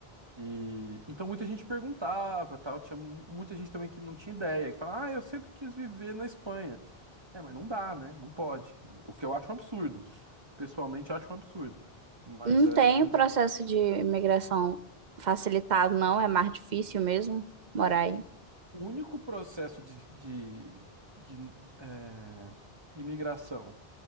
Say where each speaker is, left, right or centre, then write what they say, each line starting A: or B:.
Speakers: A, on the right; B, on the right.
A: E então muita gente perguntava, tal, tinha mu- muita gente também que não tinha ideia, que falava: "Ah, eu sempre quis viver na Espanha". É, mas não dá, né? Não pode. O que eu acho um absurdo. Pessoalmente eu acho um absurdo. Mas
B: Não
A: é,
B: tem
A: n-
B: o processo de imigração facilitado, não. É mais difícil mesmo morar aí.
A: o único processo de, de, de, é, imigração